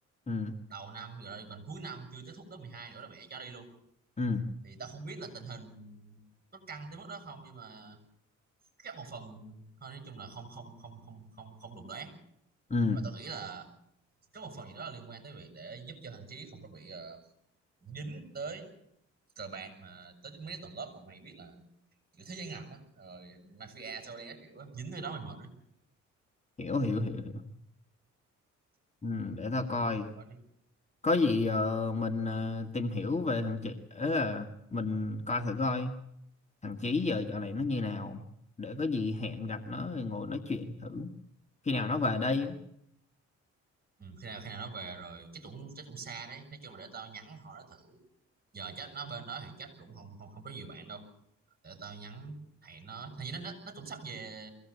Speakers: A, on the left; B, on the right.
A: ừ
B: đầu năm rồi còn cuối năm chưa kết thúc lớp 12 nữa là mẹ cho đi luôn
A: ừ
B: thì tao không biết là tình hình có căng tới mức đó không nhưng mà chắc một phần thôi nói chung là không không không không không không đụng đoán
A: ừ
B: nhưng mà tao nghĩ là có một phần gì đó là liên quan tới việc để giúp cho thằng Trí không có bị ờ, dính tới cờ bạc mà tới mấy tuần lớp mà mày biết là kiểu thế giới ngầm á rồi mafia sau đây các kiểu á dính tới đó mày mệt á
A: hiểu hiểu hiểu hiểu ừ, để tao coi
B: Gặp hết á.
A: có gì ờ, mình ờ, tìm hiểu về thằng Chí ấy là mình coi thử coi thằng Chí giờ dạo này nó như nào để có gì hẹn gặp nó rồi ngồi nói chuyện thử khi nào nó về đây á
B: ừ, khi nào khi nào nó về rồi chắc cũng chắc cũng xa đấy nói chung là để tao nhắn họ nó thử giờ chắc nó bên đó thì chắc cũng không không không có nhiều bạn đâu để tao nhắn hẹn nó hình như nó nó nó cũng sắp về